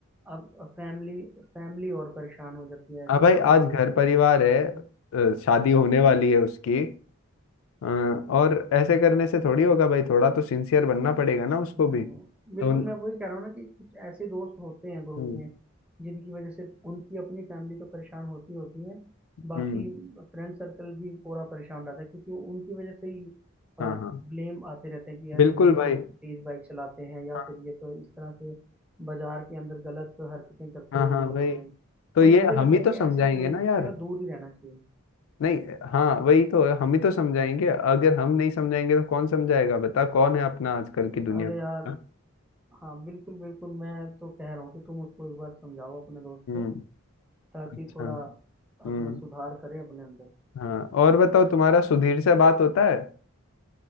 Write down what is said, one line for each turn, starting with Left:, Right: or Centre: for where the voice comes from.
Centre: अब फैमिली फैमिली और परेशान हो जाती है ऐसे
Left: हाँ भाई
Centre: काम की
Left: आज
Centre: वजह
Left: घर परिवार
Centre: से है
Left: है अ,
Centre: ना
Left: शादी होने वाली है उसकी अ, और ऐसे करने से थोड़ी होगा भाई थोड़ा तो सिंसियर बनना पड़ेगा ना उसको
Centre: हम्म
Left: भी तो
Centre: बिल्कुल मैं वही कह रहा हूँ ना कि कुछ ऐसे दोस्त होते हैं ग्रुप
Left: हम्म
Centre: में जिनकी वजह से उनकी अपनी फैमिली तो परेशान होती होती है बाकी
Left: हम्म
Centre: फ्रेंड सर्कल भी पूरा परेशान रहता है क्योंकि उनकी वजह से ही
Left: हाँ हाँ
Centre: ब्लेम आते रहते हैं कि
Left: बिल्कुल
Centre: अरे ये
Left: भाई
Centre: तो तेज बाइक चलाते हैं या
Left: हाँ
Centre: फिर ये तो इस तरह से बाजार के अंदर गलत हरकतें करते
Left: हाँ
Centre: हुए
Left: हाँ
Centre: निकलते
Left: भाई
Centre: हैं
Left: तो
Centre: तो
Left: ये
Centre: मुझे लगता
Left: हम ही तो
Centre: है कि
Left: समझाएंगे
Centre: ऐसे फ्रेंड
Left: ना
Centre: से
Left: यार
Centre: ना दूर ही रहना चाहिए
Left: नहीं हाँ वही तो है, हम ही तो समझाएंगे अगर हम नहीं समझाएंगे तो कौन समझाएगा बता कौन है अपना आजकल की दुनिया
Centre: अरे
Left: का
Centre: यार
Left: हाँ,
Centre: हाँ बिल्कुल बिल्कुल मैं तो कह रहा हूँ कि तुम उसको एक बार समझाओ अपने दोस्त
Left: हम्म
Centre: को ताकि
Left: अच्छा
Centre: थोड़ा
Left: हम्म
Centre: अपना सुधार करे अपने अंदर
Left: हाँ और बताओ तुम्हारा सुधीर से बात होता है